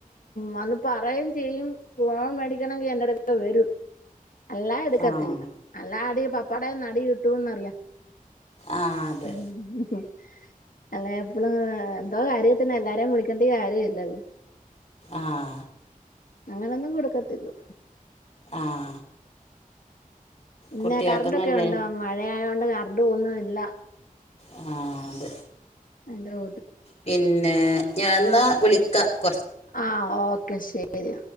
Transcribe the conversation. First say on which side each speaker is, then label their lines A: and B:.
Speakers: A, on the left; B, on the left.
A: വന്ന് പറയെം ചെയ്യും <unintelligible> അഠിക്കണങ്ക എന്റെടക്ക വരും അല്ലാ എടുക്കത്തില്ല
B: ആഹ്
A: അല്ല അടി പപ്പാട നടി കിട്ടുന്നറിയാം
B: ആഹ് അതെ
A: ഉം അല്ലെ എപ്പളും എന്തോ കാര്യ തന്നെ എല്ലാരെയും വിളിക്കണ്ടേ കാര്യല്ലല്ലോ
B: ആഹ്
A: അങ്ങനൊന്നും കൊടുക്കത്തില്ലോ
B: ആഹ്
A: പിന്നെ
B: കുട്ടികൾക്ക്
A: കറണ്ട്ക്കെ
B: നല്ലേ
A: ഉണ്ടോ മഴയത് കൊണ്ട് കറണ്ട് പോന്നുംല്ല
B: ആ അതെ
A: അലോ
B: പിന്നെ ഞാന്നാ വിളിക്ക
A: ആ ഓക്കെ ശരി